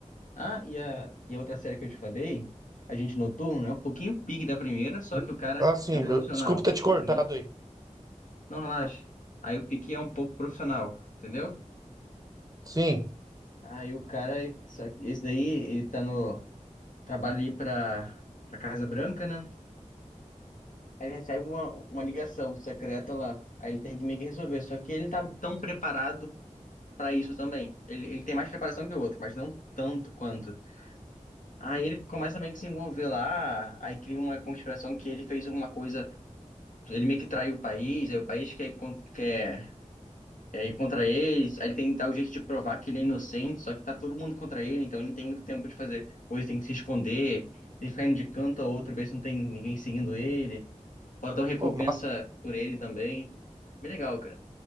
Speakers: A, on the left; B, on the right.
A: Ah, e a, e a outra série que eu te falei, a Agente Noturno, é um pouquinho pique da primeira, só que o cara
B: Ah, sim.
A: é um profissional,
B: eu- desculpa ter te cortado
A: entendeu?
B: aí.
A: Não relaxa. Aí o pique é um pouco profissional, entendeu?
B: Sim.
A: Aí o cara, só que esse daí, ele tá no trabalho ali pra, pra Casa Branca, né? Aí ele recebe uma, uma ligação secreta lá. Aí ele tem que meio que resolver. Só que ele tá tão preparado pra isso também. Ele, ele tem mais preparação que o outro, mas não tanto quanto. Aí ele começa meio que se envolver lá. Aí cria uma conspiração que ele fez alguma coisa. Ele meio que traiu o país. Aí o país quer, ir con- quer, quer ir contra eles. Aí ele tem que dar o jeito de provar que ele é inocente. Só que tá todo mundo contra ele. Então ele não tem muito tempo de fazer coisa. Tem que se esconder. Ele ficar indo de canto a outro, ver se não tem ninguém seguindo ele. Botão recompensa
B: Ô,
A: por ele também. Bem legal, cara.